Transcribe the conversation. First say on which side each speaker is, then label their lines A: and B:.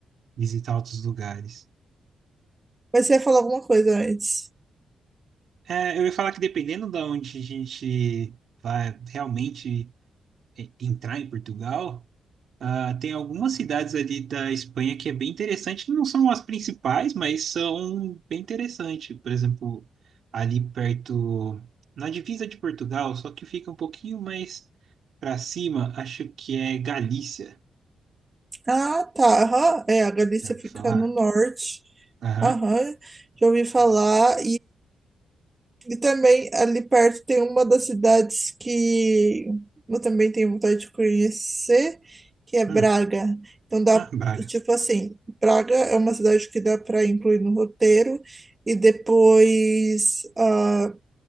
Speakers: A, on the right; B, on the right.
A: visitar outros lugares.
B: Mas você ia falar alguma coisa antes.
A: É, eu ia falar que dependendo da onde a gente vai realmente é, entrar em Portugal, Ah, tem algumas cidades ali da Espanha que é bem interessante, não são as principais, mas são bem interessantes. Por exemplo, ali perto, na divisa de Portugal, só que fica um pouquinho mais para cima, acho que é Galícia.
B: Ah, tá. Aham. É, a Galícia
A: Já ouviu
B: fica
A: falar?
B: no norte.
A: Aham.
B: Aham. Já ouvi falar. E também ali perto tem uma das cidades que eu também tenho vontade de conhecer, que é Braga.
A: Hum.
B: Então dá,
A: Ah, Braga.
B: tipo assim, Braga é uma cidade que dá para incluir no roteiro e depois ah,